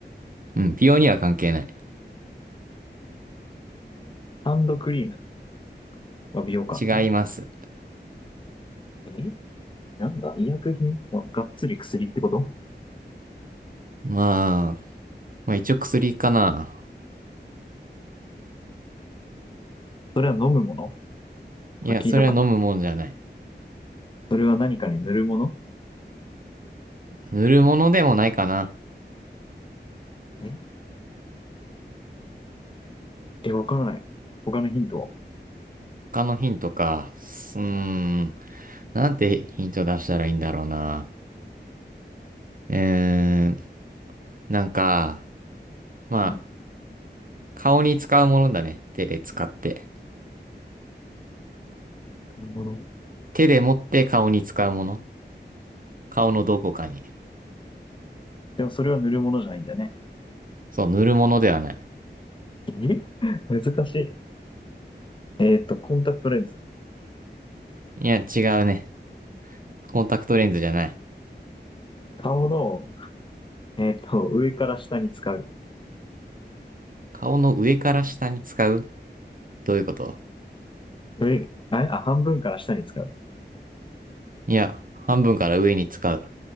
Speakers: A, on the right; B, on the left.
A: うん。美容には関係ない。
B: ハンドクリームは美容か。
A: 違います。
B: うんえなんだ医薬品はがっつり薬ってこと
A: まあ、まあ一応薬かな。
B: それは飲むものこれ聞いたかな
A: いや、それは飲むもんじゃない。
B: それは何かに塗るもの
A: 塗るものでもないかな。
B: ええ、わからない。他のヒントは
A: 他のヒントか。すうーん。なんてヒント出したらいいんだろうな。うーん。なんか、まあ、
B: うん。
A: 顔に使うものだね。手で使って。
B: 塗るもの。
A: 手で持って顔に使うもの。顔のどこかに。
B: でもそれは塗るものじゃないんだよね。
A: そう、塗るものではない。
B: <laughs> え難しい。えっと、コンタクトレンズ。
A: いや、違うね。コンタクトレンズじゃない。
B: 顔の、えっと、上から下に使う。
A: 顔の上から下に使うどういうこと
B: 上、あれ、あ、半分から下に使う。
A: いや、半分から上に使う。